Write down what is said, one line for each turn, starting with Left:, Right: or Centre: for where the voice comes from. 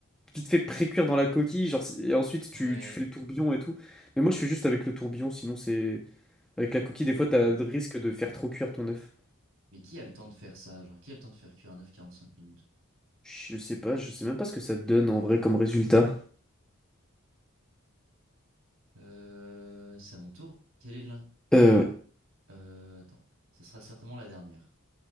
Centre: vite fait pré-cuire dans la coquille, genre, si- et ensuite tu,
Right: Ouais,
Centre: tu fais le tourbillon et tout. Mais moi je fais juste avec le tourbillon, sinon c'est... Avec la coquille, des fois t'as
Right: Bon.
Centre: le risque de faire trop cuire ton œuf.
Right: Mais qui a le temps de faire ça? Genre, qui a le temps de faire cuire un œuf quarante-cinq minutes?
Centre: Je sais pas, je sais même pas ce que ça te donne en vrai comme résultat.
Right: Euh, c'est à mon tour. Quel est l'in...
Centre: Euh,
Right: eh, euh, attends, ça sera certainement la dernière.